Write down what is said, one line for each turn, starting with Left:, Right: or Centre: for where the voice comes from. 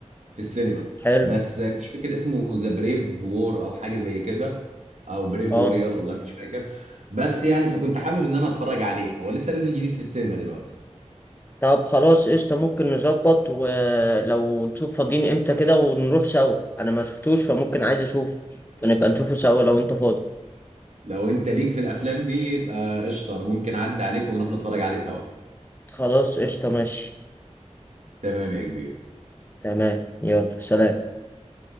Right: في السينما
Left: حلو
Right: بس آه، مش فاكر اسمه ذا بريف وور او حاجه زي كده او بريف
Left: اه
Right: وورير والله مش فاكر بس يعني فكنت حابب ان انا اتفرج عليه هو لسه نازل جديد في السينما دلوقتي
Left: طب خلاص قشطة ممكن نظبط ولو نشوف فاضيين امتى كده ونروح سوا انا ما شفتوش فممكن عايز اشوفه فنبقى نشوفه سوا لو انت فاضي
Right: لو انت ليك في الافلام دي يبقى قشطه أنا ممكن اعدي عليك ونروح نتفرج عليه سوا
Left: خلاص قشطة ماشي
Right: تمام يا كبير
Left: تمام يلا سلام